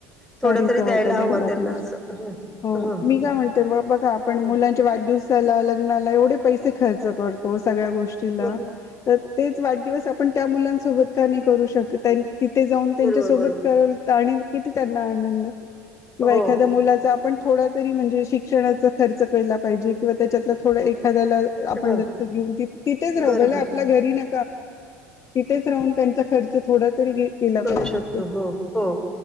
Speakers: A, in the centre; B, on the left.
A: थोडा
B: खरीचा
A: तरी
B: वाटा द्यायला
A: हवा त्यांना
B: पाहिजे
A: असं ह
B: हो
A: ह
B: मी काय म्हणते बा बघा आपण
A: ह
B: मुलांचे वाढदिवस लग्नाला एवढे पैसे खर्च करतो सगळ्या गोष्टीला
A: बरोबर
B: तर तेच वाढदिवस आपण त्या मुलांसोबत का नाही, करू शकत तिथे त्यांच्यासोबत
A: बरोबर बरोबर.
B: <unintelligible> आणि. किती त्यांना आनंद किंवा
A: हो
B: एखाद्या मुलाच आपण थोडा तरी म्हणजे शिक्षणाचा खर्च कळला पाहिजे किंवा त्याच्यातला थोडा एखाद्याला आपण
A: हां.
B: दत् घेऊन तिथेच राहू
A: बरं
B: बला
A: बरं
B: आपल्या घरी न तथेच राहुन त्यांचा खर्च थोडा तरी केला
A: करू
B: पाहिजे
A: शकत
B: आपण
A: हो हो